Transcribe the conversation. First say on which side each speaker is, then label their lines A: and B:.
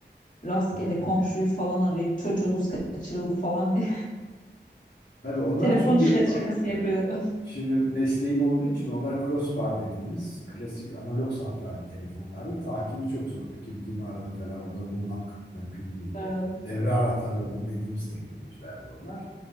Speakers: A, on the left; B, on the left.
A: Rastgele
B: Tabii tabii.
A: komşuyu falan arayıp çocuğunuz kaçırıldı falan diye
B: Tabii
A: <laughs>
B: onlar
A: telefon
B: çünkü
A: işlet
B: a-
A: şakası
B: e,
A: yapıyorduk. <laughs>
B: şimdi mesleğim olduğu için onlar crossbar dediğimiz klasik analog santral telefonlardı. Takibi çok zordu. Kim kimi aradı falan onları bulmak mümkün değildi.
A: Evet,
B: Devre anahtarları dediğimiz teknolojilerdi onlar.